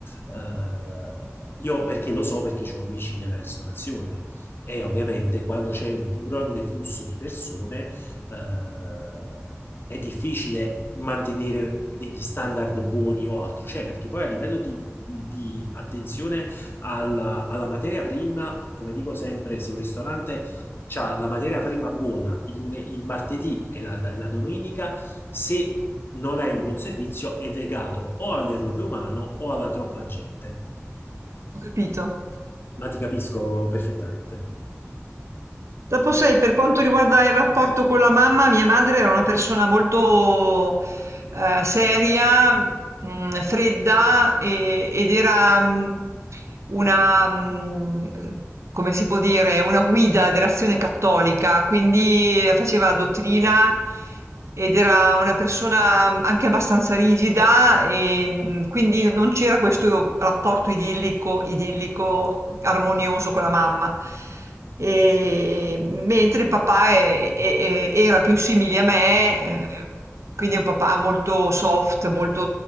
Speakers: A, on the left; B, on the right.
A: eh, io perché lo so, perché ho amici nella ristorazione e ovviamente quando c'è un grande flusso di persone, eh, è difficile mantenere degli standard buoni o altro, cioè perché poi a livello di, di attenzione alla, alla materia prima, come dico sempre, se un ristorante c'ha la materia prima buona il, lune- il martedì e la, la domenica, se non hai un buon servizio è legato o all'errore umano o alla troppa gente.
B: ho capito.
A: Ma ti capisco perfettamente.
B: Dopo sai, per quanto riguarda il rapporto con la mamma, mia madre era una persona molto eh, seria, mh, fredda e- ed era mh, una, mh, come si può dire, una guida dell'azione cattolica, quindi faceva la dottrina ed era una persona mm, anche abbastanza rigida e mh, quindi non c'era questo rapporto idillico, idillico, armonioso con la mamma. E- mentre il papà è- è- è- era più simile a me, eh, quindi è un papà molto soft, molto